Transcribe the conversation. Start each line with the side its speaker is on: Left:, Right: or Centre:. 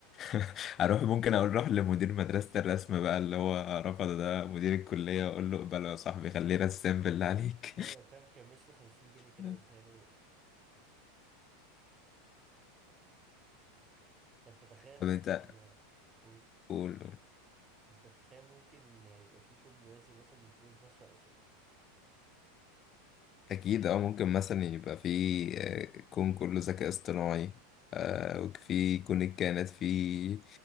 Left: <laughs> اروح ممكن اقول روح لمدير مدرسة الرسم بقى اللي هو رفض ده مدير الكلية واقول له اقبله يا صاحبي خليه رسام بالله عليك
Right: أيوة فاهم كان مش خمسين جنيه كده
Left: <laughs>
Right: واديها له طب تتخيل
Left: طب
Right: ممكن
Left: انت
Right: قول
Left: قول
Right: أنت بتتخيل ممكن يبقى فيكم موازي مثلا مفهوش بشر أصلا
Left: أكيد أو ممكن مثلا يبقى في آه، كون كله ذكاء اصطناعي آه، وفي كون الكائنات في